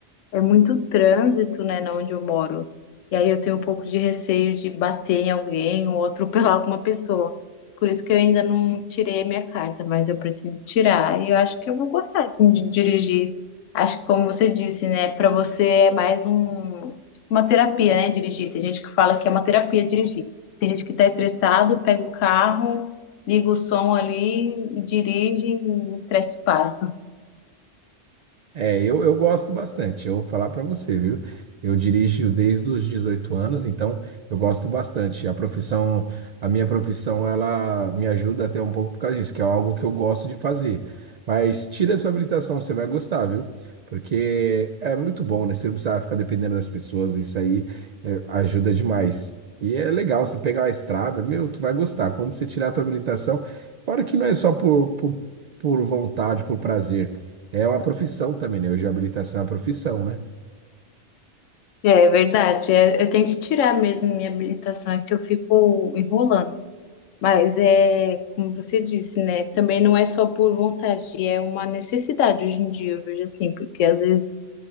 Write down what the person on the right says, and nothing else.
É, eu, eu gosto bastante. Eu vou falar para você, viu? Eu dirijo desde os 18 anos, então eu gosto bastante. A profissão, a minha profissão, ela me ajuda até um pouco por causa disso, que é algo que eu gosto de fazer. Mas tira a sua habilitação, você vai gostar, viu? Porque é muito bom, né? Você não precisa ficar dependendo das pessoas, isso aí é, ajuda demais. E é legal você pegar uma estrada, meu, tu vai gostar. Quando você tirar a tua habilitação, fora que não é só por, por, por vontade, por prazer. É uma profissão também, né? Hoje a habilitação é uma profissão, né?